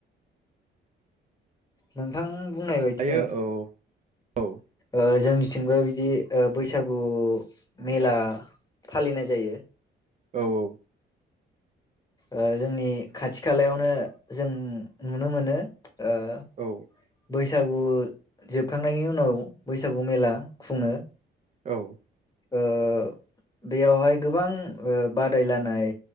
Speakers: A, on the left; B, on the right.
A: नोंथां। बुंनाय बायदिनो
B: दायो औ औ
A: ओ जोंनि थिंबोरा बिदि बैसागु मेला फालिनाय जायो।
B: औ औ।
A: ओ जोंनि खाथि खालायावनो जों नुनो मोनो। ओ बैस
B: औ
A: बैसागु जोबखांनायनि उनाव बैसागु मेला खुङो।
B: औ।
A: ओ बेयावहाय गोबां बादायलायनाय